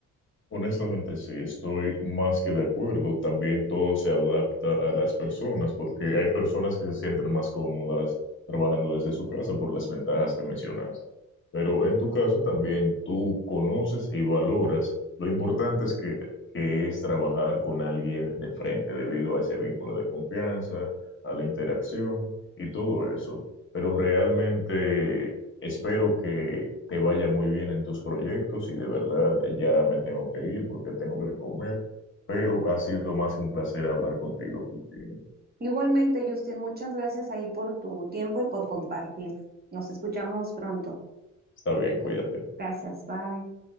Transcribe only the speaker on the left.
Honestamente, sí, estoy más que de acuerdo. También todo se adapta a las personas, porque hay personas que se sienten más cómodas trabajando desde su casa por las ventajas que mencionas. Pero en tu caso también tú conoces y valoras lo importante es que, que es trabajar con alguien de frente debido a ese vínculo de confianza, a la interacción y todo eso. Pero realmente Espero que te vaya muy bien en tus proyectos y de verdad ya me tengo que ir porque tengo que comer, pero ha sido más que un placer hablar contigo, Cristina.
Está bien, cuídate.